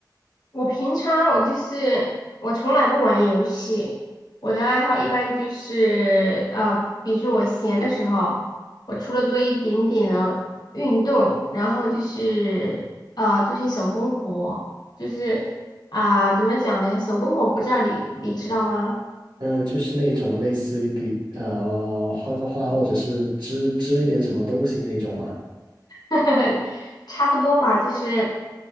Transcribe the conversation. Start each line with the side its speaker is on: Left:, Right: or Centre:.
Left: 我平常我就是我从来不玩游戏，我的爱好一般就是呃，比如说我闲的时候，我除了做一点点的运动，然后就是呃做些手工活，就是啊、怎么讲嘞？手工活不知道你你知道吗？
Right: 嗯，就是那种类似于比呃画个画，或者是织织一点什么东西那种吗？
Left: <laughs> 差不多吧，就是